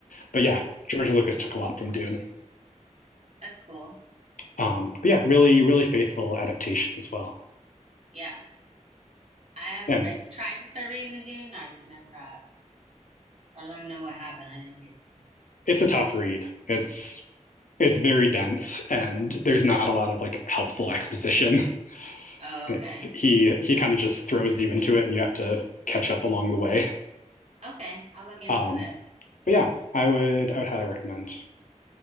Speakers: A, on the left; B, on the right.
A: But yeah, George Lucas took a lot from Dune.
B: That's cool.
A: Um, but yeah, really, really faithful adaptation as well.
B: Yeah. I have
A: And
B: I s- tried to start reading the Dune, I just never got. I don't know what happened. I didn't get to.
A: it's a tough read. It's it's very dense, and there's not a lot of like helpful exposition. <laughs>
B: Oh,
A: It,
B: okay.
A: he he kind of just throws you into it, and you have to catch up along the way.
B: Okay, I'll look into
A: Um,
B: it.
A: but yeah, I would I would highly recommend.